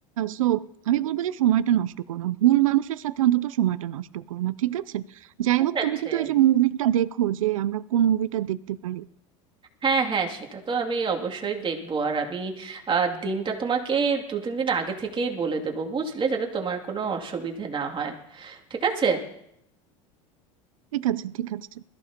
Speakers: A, on the right (about 90°); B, on the right (about 30°).
A: সো আমি বলবো যে সময়টা নষ্ট করো না ভুল মানুষের সাথে অন্তত সময়টা নষ্ট করো না ঠিক আছে যাই
B: সেটা
A: হোক তুমি
B: ঠিক
A: কিন্তু এই যে মুভিটা দেখো যে আমরা কোন মুভিটা দেখতে পারি
B: হ্যাঁ হ্যাঁ সেটা তো আমি অবশ্যই দেখবো আর আমি আহ, দিনটা তোমাকে দু তিন দিন আগে থেকেই বলে দেবো বুঝলে যাতে তোমার কোনো অসুবিধে না হয় ঠিক আছে
A: ঠিক আছে ঠিক আছে